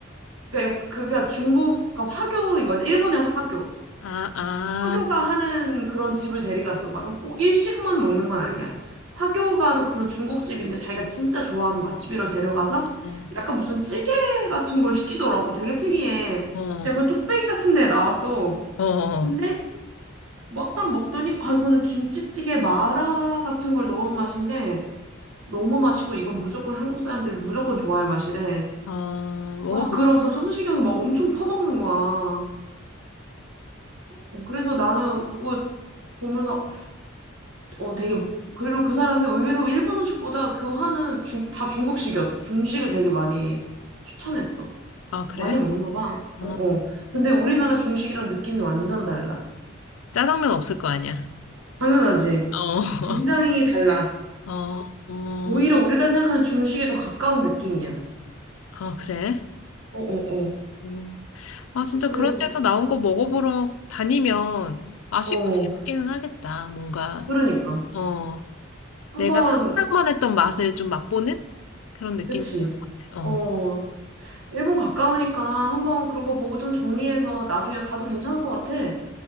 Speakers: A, on the right; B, on the left.
A: 그러니까 약- 그게 중국, 그러니까 화교인 거지. 일본의 화교.
B: 아, 아,
A: 화교가 하는 그런 집을 데려갔어. 막 꼭 일식만 먹는 건 아니야. 화교가 하는 그런 중국집인데 자기가 진짜 좋아하는 맛집이라 데려가서
B: 어,
A: 약간 무슨 찌개 같은 걸 시키더라고. 되게 특이해.
B: 어,
A: 약간 뚝배기 같은 데 나와 또.
B: 어, 어,
A: 근데 막 딱 먹더니 아 이거는 김치찌개 마라 같은 걸 넣은 맛인데 너무 맛있고 이건 무조건 한국 사람들이 무조건 좋아할 맛이래.
B: 어, 먹어보자.
A: 와 그러면서 성시경이 막 엄청 퍼먹는 거야. 어, 그래서 나는 그거 보면서 어, 되게, 그리고 그 사람이 의외로 일본 음식보다 그 화는 중, 다 중국식이었어. 중식을 되게 많이 추천했어.
B: 아, 그래?
A: 많이 먹나 봐.
B: 어.
A: 어, 어. 근데 우리나라 중식이랑 느낌이 완전 달라.
B: 짜장면 없을 거 아니야?
A: 당연하지.
B: 어,
A: 굉장히 달라.
B: <laughs> 어, 어,
A: 오히려 우리가 생각하는 중식에 더 가까운 느낌이야.
B: 아, 그래?
A: 어, 어, 어.
B: 음. 아, 진짜
A: 그래서,
B: 그런 데서 나온 거 먹어보러 다니면 맛있고
A: 어,
B: 재밌기는 하겠다, 뭔가.
A: 그러니까.
B: 어.
A: 한번,
B: 내가 상상만 했던 맛을 좀 맛보는 그런 느낌인
A: 그치.
B: 것 같아. 어.
A: 어, 일본 가까우니까 한번 그런 거 보고 좀 정리해서 나중에 가도 괜찮을 것 같아.